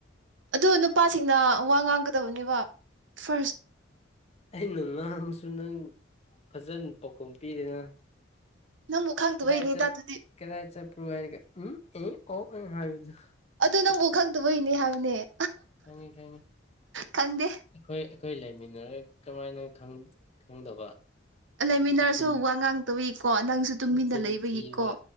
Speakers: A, on the right; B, on the left.
A: ꯑꯗꯨ ꯅꯨꯄꯥꯁꯤꯡꯅ ꯋꯥ ꯉꯥꯡꯒ ꯇꯕꯅꯦꯕ ꯐꯥꯔꯁ
B: ꯑꯩꯅ ꯉꯍꯥꯡꯁꯨ ꯅꯪ ꯐꯖꯅ ꯄꯥꯎꯈꯨꯝ ꯄꯤꯗꯦꯅ
A: ꯅꯪꯕꯨ ꯈꯪꯗꯕꯩꯅꯤꯗ
B: ꯀꯗꯥꯏ ꯆꯠ
A: ꯑꯗꯨꯗꯤ
B: ꯀꯗꯥ ꯆꯄ꯭ꯔꯨ ꯍꯥꯏꯔꯒ ꯎꯝ ꯑꯦ ꯑꯣ ꯍꯥꯏꯕꯗ
A: ꯑꯗꯨ ꯅꯪꯕꯨ ꯈꯪꯗꯕꯩꯅꯦ ꯍꯥꯏꯕꯅꯦ
B: ꯈꯪꯉꯤ ꯈꯪꯉꯤ
A: ꯈꯪꯗꯦ
B: ꯑꯩꯈꯣꯏ ꯑꯩꯈꯣꯏ ꯂꯩꯃꯤꯟꯅꯔꯒ ꯀꯃꯥꯏꯅ ꯈꯪꯗꯕ
A: ꯂꯩꯃꯤꯟꯅꯔꯁꯨ
B: ꯅꯆꯤꯟ
A: ꯋꯥ ꯉꯥꯡꯇꯕꯒꯤꯀꯣ ꯅꯪꯁꯨ ꯇꯨꯃꯤꯟꯅ
B: ꯅꯆꯤꯟ
A: ꯂꯩꯕꯒꯤꯀꯣ
B: ꯊꯤꯕ